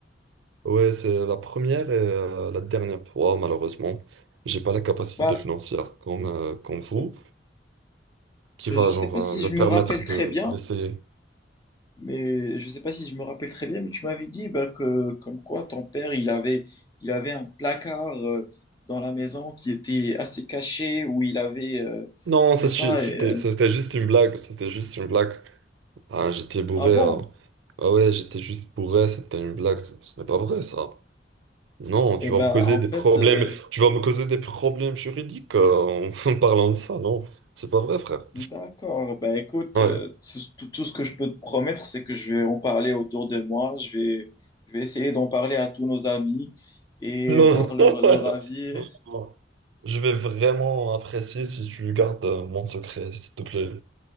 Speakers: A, on the right (about 85°); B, on the left (about 20°).
A: Ouais, c'est la première et euh, la dernière fois, malheureusement. J'ai pas la capacité
B: Bah,
A: financière comme, euh, comme vous,
B: euh,
A: qui
B: je
A: va
B: sais
A: genre
B: pas
A: euh,
B: si
A: me
B: je
A: permettre
B: me rappelle très
A: de
B: bien,
A: laisser
B: mais je sais pas si je me rappelle très bien, mais tu m'avais dit bah, que comme quoi ton père, il avait, il avait un placard euh, dans la maison qui était assez caché, où il avait, euh,
A: Non,
B: je
A: ça,
B: sais
A: c'est-
B: pas,
A: c'était
B: et, euh,
A: c'était juste une blague. C'était juste une blague. Ah, j'étais bourré.
B: ah bon?
A: hein. Ah ouais, j'étais juste bourré. C'était une blague. Ce ce n'est pas vrai, ça. Non, tu
B: Eh
A: vas
B: ben,
A: me causer
B: en
A: des
B: fait,
A: problèmes.
B: euh,
A: Tu vas me causer des problèmes juridiques euh, en <laughs> en parlant de ça. Non, c'est pas vrai, frère.
B: d'accord. Ben, écoute,
A: Ouais.
B: euh, tout, tout- tout ce que je peux te promettre, c'est que je vais en parler autour de moi. Je vais, je vais essayer d'en parler à tous nos amis et
A: Non.
B: voir leur,
A: <laughs>
B: leur avis.
A: Non, non. Je vais vraiment
B: <laughs>
A: apprécier si tu gardes euh, mon secret, s'il te plaît.